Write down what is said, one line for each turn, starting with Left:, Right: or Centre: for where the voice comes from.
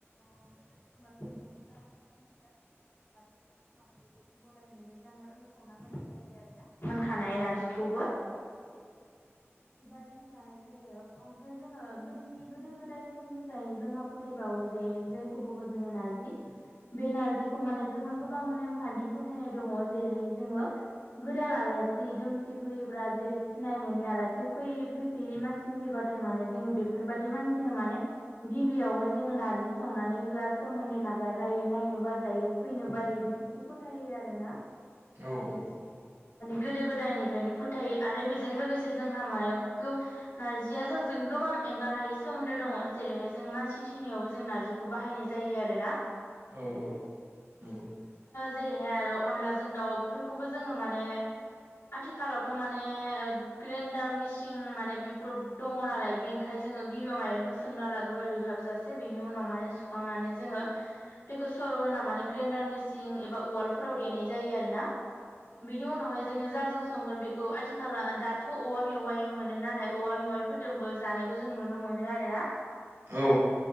Left: अम बेदर होगोमबा बेदरखौ मोजां एवनानै मोनजासे संनानै लाबाय बेनि उनाव ओमफाय बेखौ जों गलाय मोनदे जानो लुफावना होनाय जायो आरोना मोनखानाय नारजिखौबो बेबादिनो जानाय जायो ओमफ्राय जोङो गोदोनि गोदो गोदाय समनिफ्रायनो जोंहा फोथायबावो जे जायखौ बुङो जोङो नारजि बे नारजिखौ माने जोंहा गोबां नेमखान्थि फोथायनाय द ङ जेरैहाय जोङो गोदान आलासि दुमसि फैब्रा जेरै सिनाय मोननि आलासि बै फैफेरि मानसि फैबाथाय माने जोङो बेफोरबादि मानसिनो माने गिबियावहाय जोङो नारजि संनानै होआ सोमोन्दो नागारलायो नायनो बाजायो फैनो बायो बेफोरखौ फोथायो आरो ना।
Right: औ औ औ
Left: गोदो गोदायनिफ्रायनो फोथायो आरो बेजों लोगोसे जोंहा माय गो नारजिया जोंजों गोबां एंगार हायै सोमोन्दो दङ। जेरैहाय जोङो मानसि थैनायाव जों नारजिखौ बाहायनाय जायो आरो ना।
Right: औ औ नंगौ।
Left: जेरैहाय आरो अनलाजों दाउ बेफोरखौबो जोङो माने आथिखालावथ' माने ओ ग्रेन्डार मिसिं माने बेफोर दङ नालाय बिनखाय जोङो गिबियाव माइरंखौ सोमना लागोबाय रुयहाबजासे बिनि उनाव माने सुखांनानै जोङो दैखौ सर' होना माने ग्रेडार मेसिं एबा उवालफोराव दे नाय जायो आरोना। बिनि उनावहाय जोङो जा जों संगोन बेखौ आथिखाला दाथ' औवा मेवाइ मोनो नालाय औवा मेवाइफोरदोंबो जानायखौ जों नुनो मोनो आरोना।
Right: औ